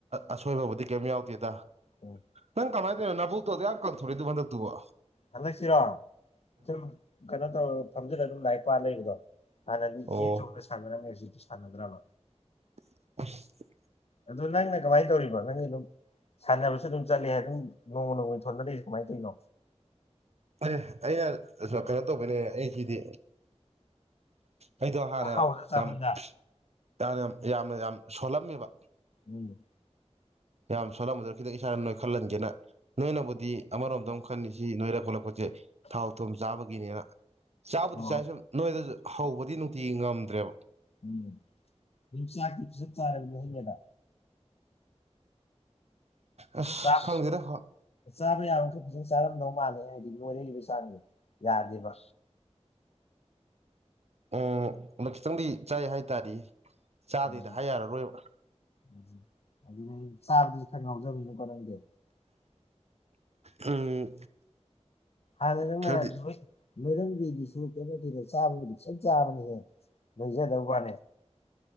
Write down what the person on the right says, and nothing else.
ꯑꯁꯣꯏꯕꯕꯨꯗꯤ ꯀꯩꯝ ꯌꯥꯎꯗꯦꯗ
ꯅꯪ ꯀꯃꯥꯏꯅ ꯇꯧꯅꯣ ꯅꯕꯨ ꯇꯣꯗꯤ ꯀ ꯊꯣꯔꯗꯨ ꯍꯟꯗꯛꯇꯨꯕ
ꯑꯣ
<unintelligible>
ꯍꯣꯏ ꯍꯦ ꯑꯩꯅ ꯑꯖ ꯀꯩꯅꯣ ꯇꯧꯕꯩꯅꯦ ꯑꯩ ꯁꯤꯗꯤ ꯑꯩꯗꯣ ꯍꯥꯟꯅ
ꯌꯥꯝ ꯇꯥꯟ ꯌꯥꯝ ꯌꯥꯝꯅ ꯌꯥꯝ ꯁꯣꯜꯂꯝꯃꯦꯕ
ꯌꯥꯝ ꯁꯣꯜꯂꯝꯃꯗ ꯈꯤꯇꯪ ꯏꯁꯥꯅ ꯅꯣꯏ ꯈꯜꯍꯟꯒꯦꯅ ꯅꯣꯏꯅꯕꯨꯗꯤ ꯑꯃꯔꯣꯝꯗ ꯑꯃꯨꯛ ꯈꯟꯜꯂꯤꯁꯤ ꯍꯣꯏꯖꯦ ꯊꯥꯎ ꯊꯨꯝ ꯆꯥꯕꯒꯤꯅꯦꯅ ꯆꯥꯕꯨꯗꯤ
ꯆꯥꯏ ꯁꯨꯝ ꯅꯣꯏꯗꯖꯨ ꯍꯧꯕꯗꯤ ꯅꯨꯡꯇꯤꯒꯤ ꯉꯝꯗ꯭ꯔꯦꯕ
ꯑꯁ
ꯈꯪꯗꯦꯗ ꯍꯥ
ꯎꯝ ꯑꯃ ꯈꯤꯇꯡꯗꯤ ꯆꯥꯏ ꯍꯥꯏꯇꯥꯔꯤ ꯆꯥꯗꯦꯗ
ꯍꯥꯏ ꯌꯥꯔꯔꯣꯏꯕ
ꯎꯝ
ꯈꯔꯗꯤ